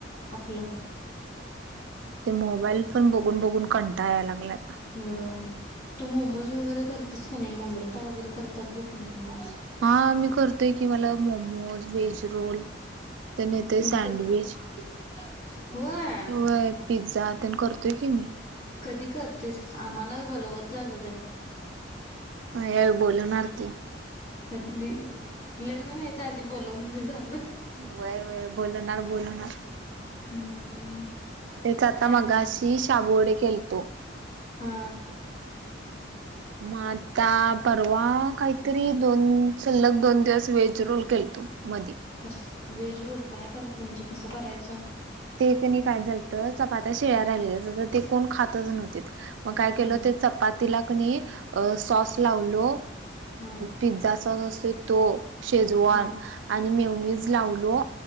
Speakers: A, on the left (about 60°); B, on the right (about 75°).
A: आपलं
B: ते मोबाईल पण बघून बघून कंटा याला लागलाय. आता.
A: होय. तू मोमोज वगैरे करतेस का नाही नम्रता वगैरे करतात ना
B: हा मी करतोय की मला मोमोज वेज रोल त्या नाही ते
A: मग
B: सँडविच
A: होय
B: व्हय पिझ्झा तेन करतोय की मी
A: कधी करतेस आम्हाला बी बोलवत जा ग
B: व्हय बोलणार की
A: कधी लग्न व्हायच्या आधी बोलाव म्हणजे झालं
B: व्हय व्हय बोलणार बोलणार
A: <inaudible>
B: तेच आता
A: काय
B: मगाशी शाबू वडे केलतो
A: हा
B: मग आता परवा काहीतरी दोन सलग दोन दिवस वेज रोल केलतो मधी.
A: कस वेज रोल काय करत म्हणजे कसं करायचं?
B: ते कणी काय झालत चपात्या शेळ्या राहिलेल्या ते कोण खातच नव्हते मग काय
A: हा
B: केलं ते चपातीला कनी सॉस लावलो
A: हा
B: पिझा अस तो शेजवाण
A: हा
B: आणि मेवनीच लावलो